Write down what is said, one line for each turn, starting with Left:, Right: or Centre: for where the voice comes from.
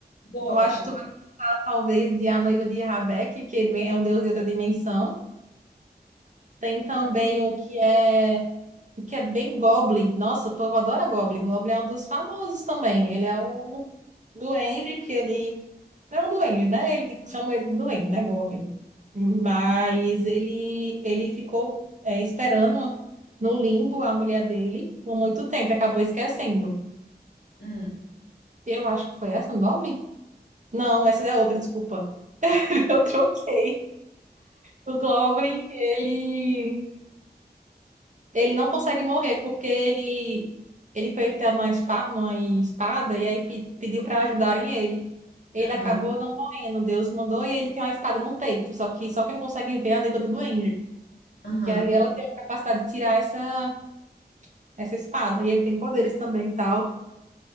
Left: gosto.
Right: eu acho que tu vai estar talvez de A Noiva de Rabeck, que ele vem- é um deus de outra dimensão. Tem também
Left: Ah,
Right: o que é o que é bem Goblin. Nossa, o povo adora Goblin. O Goblin é um dos famosos também. Ele é um duende que ele. Não é um duende, né? Ele chama ele de duende, né? Goblin. Mas ele, ele ficou é, esperando no limbo a mulher dele por muito tempo e acabou esquecendo.
Left: Hum.
Right: Eu acho que foi essa, do Goblin? Não, essa é outra, desculpa. <laughs> Eu troquei. O Goblin, ele. Ele não consegue morrer porque ele Ele foi pego numa espa- numa espada e aí pe- pediu para ajudarem ele. Ele
Left: Aham,
Right: acabou não morrendo, Deus mandou e aí ele tem uma espada no peito, só que só quem consegue ver é a noiva do duende.
Left: aham.
Right: E aí ela tem a capacidade de tirar essa, essa espada. E ele tem poderes também e tal.